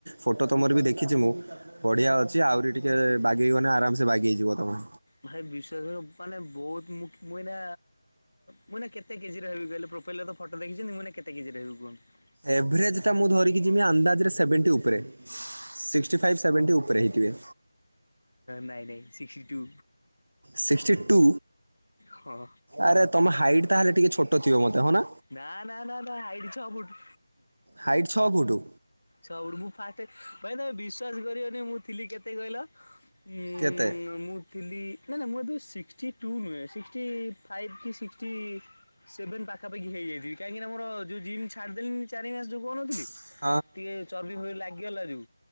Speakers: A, on the right; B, on the left.
A: ଫଟୋ ତୁମର ବି ଦେଖିଛି ମୁଁ ବଢିଆ ଅଛି ଆହୁରି ଟିକେ ବାଗେଇଗନେ ଆରାମସେ ବାଗେଇଯିବ ତମେ।
B: ଭାଇ ବିଶ୍ୱାସ କରିବ ମାନେ ବହୁତ ମୁ ଏଇନା ମୁ ଏଇନ କେତ୍ କେତେ କେଜିର ହେବି କହିଲେ ପ୍ରୋଫାଇଲ୍ ରେ ତ ଫଟୋ ଦେଖଛନ୍ତି ମୁଁ ଏଇନା କେତ କେଜିର ହେବି କୁହନ୍ତୁ।
A: ଏଭରେଜଟା ମୁଁ ଧରିକି ଯିବି ଅନ୍ଦାଜରେ ସେଭେଣ୍ଟି ଉପରେ ସିକ୍ସି ସିକ୍ଟି ଫାଇଭ୍ ସେଭେଣ୍ଟି ଉପରେ ହେଇଥିବେ।
B: ନାଇଁ ନାଇଁ ସିକ୍ସଟି ଟୁ
A: ସିକ୍ସଟି ଟୁ
B: ହଁ।
A: ଆରେ ତମ ହାଇଟ୍ ତାହେଲେ ଟିକେ ଛୋଟ ଥିବ ମୋତେ ହ ନା।
B: ନା ନା ନା ନା ହାଇଟ୍ ଛ ଫୁଟ୍।
A: ହାଇଟ୍ ଛଅ ଫୁଟ।
B: ଛ ଫୁଟ ମୁଁ ଫାଷ୍ଟ୍ ଭାଇ ତମେ ବିଶ୍ଵାସ କରିବେନି ମୁଁ ଥିଲି କେତେ କହିଲ। ଉଁ
A: କେତେ
B: ମୁଁ ଥିଲି ନା ନା ମୁଁ ଏବେ ସିକ୍ସୀ ଟୁ ନୁହେଁ ସିକ୍ସି ଟି ଫାଇଭ କି ସିକ୍ସିଟି ସେଭେନ ପାଖ ପାଖାପଖି ହେଇଯାଇଥିବି କହିଁକି ନା ମୋର ଯୋଉ ଜିମ୍ ଛାଡ଼ିଦେଲିନି ଚାରି ମାସ ଯୋଉ କହୁନଥିଲି
A: ହ <inaudible>
B: ଟିକେ ଚର୍ବି ଫର୍ବି ଲାଗିଗଲା ରୁ